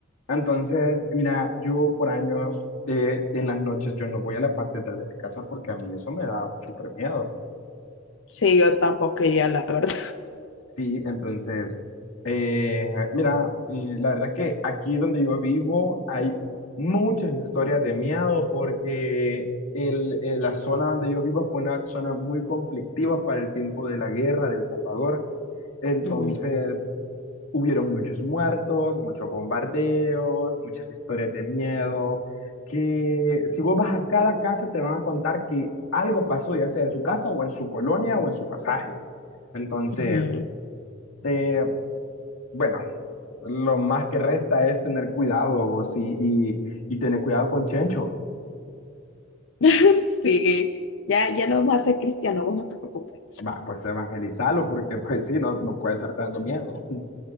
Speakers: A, on the left; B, on the left.
A: Entonces, mira, yo por años, eh, en las noches, yo no voy a la parte de atrás de mi casa porque a mí eso me da un súper miedo.
B: Sí, yo tampoco iría, la verdad.
A: Sí, entonces, eh, mira, eh, la verdad que aquí donde yo vivo hay muchas historias de miedo porque el- eh, la zona donde yo vivo fue una zona muy conflictiva para el tiempo de la guerra de El Salvador. Entonces,
B: Ujú,
A: hubieron muchos muertos, muchos bombardeos, muchas historias de miedo, que si vos vas a cada casa te van a contar que algo pasó, ya sea en su casa o en su colonia o en su pasaje. Entonces...
B: ujú.
A: eh, bueno, lo más que resta es tener cuidado vos, y, y, y tener cuidado con Chencho.
B: <laughs> Sí, ya, ya lo vamos a hacer, Cristiano, vos no te preocupes.
A: Va, pues evangelizarlo, porque <laughs> pues sí, no, no puede estar dando miedo.